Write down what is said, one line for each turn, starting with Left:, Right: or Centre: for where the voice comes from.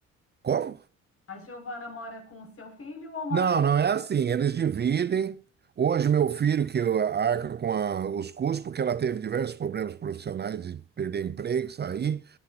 Right: Como?
Left: A Giovana mora com o seu filho ou mora
Right: Não,
Left: com a
Right: não
Left: mãe?
Right: é assim. Eles dividem. Hoje, meu filho, que arca com a- os custos, porque ela teve diversos problemas profissionais de perder emprego, sair.